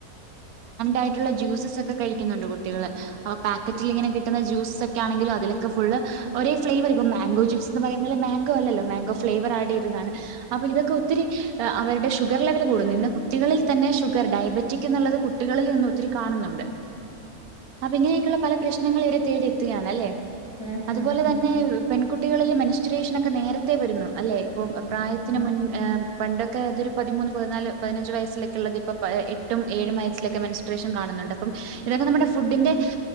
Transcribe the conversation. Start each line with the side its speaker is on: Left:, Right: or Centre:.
Right: ായിട്ടുള്ള ജ്യൂസ ഒക്കെ കഴിക്കുന്നുണ്ട് കുട്ടികള് അൊ പാക്കറ്റിൽ ഇങ്ങനെ കിട്ടുന്ന ജൂസ് ഒക്കെ ആണെങ്കില അലൊക്കെ ഫു ഒരേ ഫ്ലേവർ, മാങ്ങോ ജ്യൂസ് എന്ന് പറയുന്നത് മാങ്ങോ അല്ലല്ലോ ഫ്ലേവർ ആഡ് ചെയ്തതാണല്ലോ. ജ്യൂസ്ന്ന് അപോ ഇതൊക്ക ഒത്തിരി അവരുടെ ഷുഗറ കൂട ഇന്ന് കുട്ടികളിൽ തന്നെ ഷുഗർ ഡയബറ്റിക് എന്നുള്ളത് കുട്ടികളിൽ നിന്ന ഒത്തിരി കാണുന്നുണ്ട്. അപ്പൊ ഇങ്ങനെയൊക്കെയുള്ള പല പ്രശ്നൾ ഇവരെ തേടിയ എത്തുകയാണ് അല്ലേ
Left: ഉം
Right: അതുപോലെ
Left: ഉം ഉം
Right: തന്നെ പെൺകുട്ടികളിലെ മെനിസ്ട്രേഷന ഒക്കെ നേരത്തെേ വരുന്നു അല്ലെ ഇപ്പൊ
Left: ഉം
Right: പ്രായത്തിന്
Left: ഉം ഉം
Right: മുൻ് പണ്ടൊക്കെ അതൊരു പതിമൂന്ന് പതിനാല് പതിനഞ്ച് വയസ്സിലൊക്കെള്ളത് ഇപ്പപ്പോ എട്ടും ഏഴും വയസ്സിലൊക്കെ മേനസ്ട്രേഷന് കാണുന്നുണ്ട് അപ്പം ഇതൊക്കെ നമ്മുടെ ഫുഡിന്റെ്